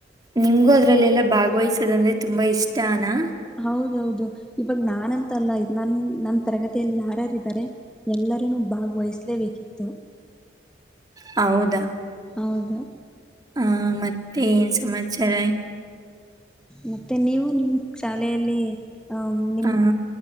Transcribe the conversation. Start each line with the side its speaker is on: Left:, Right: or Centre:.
Right: ನಿಮ್ಗೂ ಅದ್ರಲ್ಲೆಲ್ಲಾ ಭಾಗ್ವಹಿಸೋದ ಅಂದ್ರೆ ತುಂಬಾ ಇಷ್ಟನಾ
Centre: ಹೌದೌದು ಇವಾಗ ನಾನಂತಲ್ಲ ನನ್ ನನ್ ತರಗತಿಯಲ್ಲಿ ಯಾರ್ಯಾರಿದ್ದಾರೆ ಎಲ್ಲರೂನು ಭಾಗ್ವಹಿಸ್ಲೇಬೇಕಿತ್ತು
Right: ಹೌದಾ
Centre: ಹೌದು
Right: ಹ ಮತ್ತೆ ಏನ್ ಸಮಾಚಾರ
Centre: ಮತ್ತೆ ನೀವು ನಿಮ್ ಶಾಲೆಯಲ್ಲಿ ಅ ನಿಮ್
Right: ಹಾ